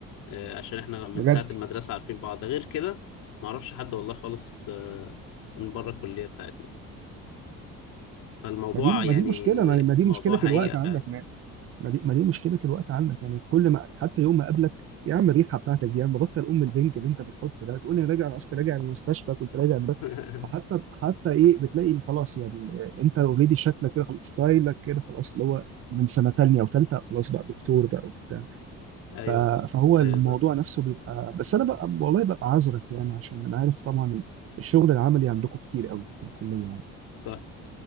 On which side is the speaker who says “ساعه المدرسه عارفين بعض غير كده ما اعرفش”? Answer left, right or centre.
Left